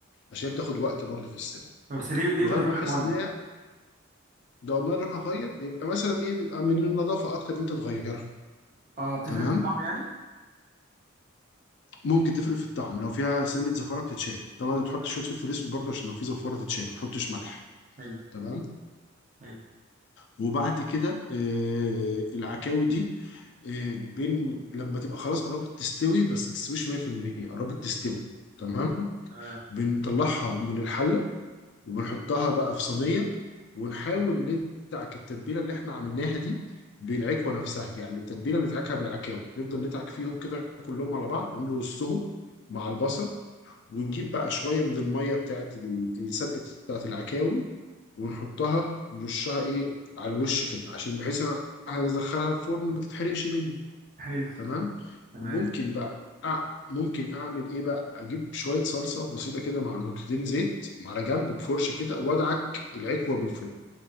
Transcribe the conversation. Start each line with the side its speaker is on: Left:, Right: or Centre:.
Left: عشان بتاخد وقت برضه في السلق
Right: طب بس ليه ليه
Left: لغايه
Right: من غير
Left: ما نحس
Right: ميه
Left: ان هي لو الميه لونها غير يبقى مثلا ايه بيبقى من النظافه اكتر ان انت تغيرها
Right: اه بتفرق
Left: تمام
Right: في الطعم يعني
Left: ممكن تفرق في الطعم لو فيها سنه زفاره بتتشال طبعا تحط
Right: تمام.
Left: شويه فلفل اسود برضه عشان لو في زفاره تتشال ما تحطش ملح
Right: حلو
Left: تمام
Right: حلو
Left: وبعد كده آه، العكاوي دي آه، بين لما تبقى خلاص قربت تستوي بس ما تستويش 100% قربت تستوي تمام
Right: تمام
Left: بنطلعها من الحله وبنحطها بقى في صينيه ونحاول ندعك التتبيله اللي احنا عملناها دي بالعكوه نفسها يعني التتبيله ندعكها بالعكاوي نفضل ندعك فيهم كده كلهم على بعض نرصهم مع البصل ونجيب بقى شويه من الميه بتاعت ال- السلق بتاعت العكاوي ونحطها نرشها ايه على الوش كده عشان بحيث انا هدخلها الفرن ما تتحرقش مني
Right: حلو
Left: تمام
Right: تمام
Left: ممكن بقى أع... ممكن اعمل ايه بقى اجيب شويه صلصه بسيطه كده مع نقطتين زيت على جنب بفرشه كده وادعك العكوه من فوق